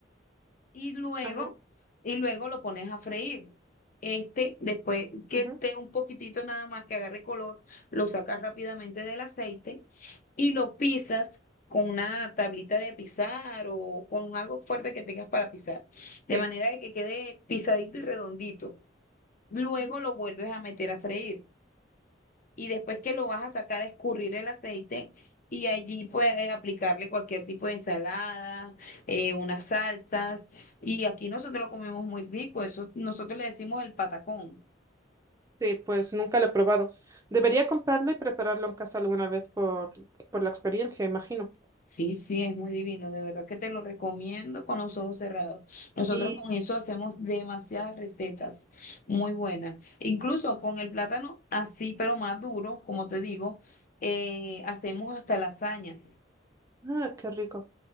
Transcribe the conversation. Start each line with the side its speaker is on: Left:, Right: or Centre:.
Left: y luego,
Right: ajá,
Left: y luego lo pones a freír. Este, después que
Right: ujú,
Left: esté un poquitito nada más que agarre color, lo sacas rápidamente del aceite y lo pisas con una tablita de pisar o con algo fuerte que tengas para pisar, de
Right: sí,
Left: manera de que quede pisadito y redondito. Luego
Right: ujú.
Left: lo vuelves a meter a freír y después que lo vas a sacar, escurrir el aceite y allí puedes aplicarle cualquier tipo de ensalada, eh, unas salsas. Y aquí nosotros lo comemos muy rico, eso nosotros le decimos el patacón.
Right: Sí, pues nunca lo he probado. Debería comprarlo y prepararlo en casa alguna vez por, por la experiencia, imagino.
Left: Sí, sí, es muy divino, de verdad que te lo recomiendo con los ojos cerrados. Nosotros
Right: Y,
Left: con eso hacemos demasiadas recetas muy buenas. Incluso con el plátano así, pero más duro, como te digo, eh, hacemos hasta lasaña.
Right: ah, qué rico.